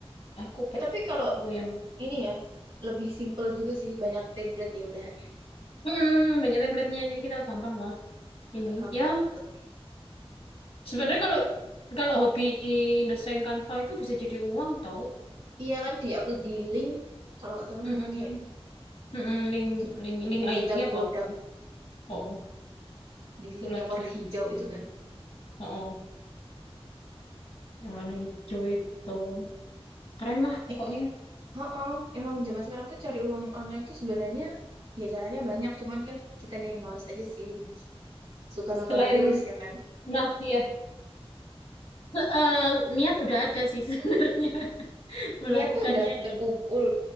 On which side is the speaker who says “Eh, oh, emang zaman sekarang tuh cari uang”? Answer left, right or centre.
Right